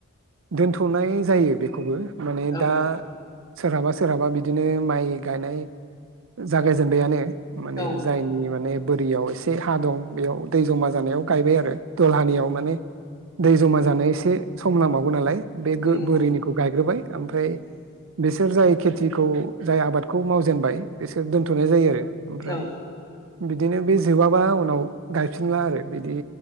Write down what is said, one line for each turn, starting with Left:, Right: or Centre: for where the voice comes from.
Right: दोनथ'नाय नाय जायो बेखौबो। माने
Left: औ
Right: दा
Left: औ
Right: सोरहाबा सोरहाबा बिदिनो माइ गायनाय जागायजेनबायानो। माने
Left: औ
Right: जायनि माने बोरियाव एसे हा दं बेयाव दै जमा जानायाव गायबाय आरो। दलहानियाव माने दै जमा जानो एसे एसे सम नांबावगौ नालाय। बे
Left: नंगौ
Right: गो बोरिनिखौ गायग्रोबाय ओमफ्राय
Left: नंगौ
Right: बेस बुरजायै खेथिखौ जाय आबादखौ मावजेनबाय एसे दोन्थ'नाय जायो आरो ओमफ्राय
Left: औ
Right: बिदिनो बे जोबाबा उनाव गायफिनला आरो बिदि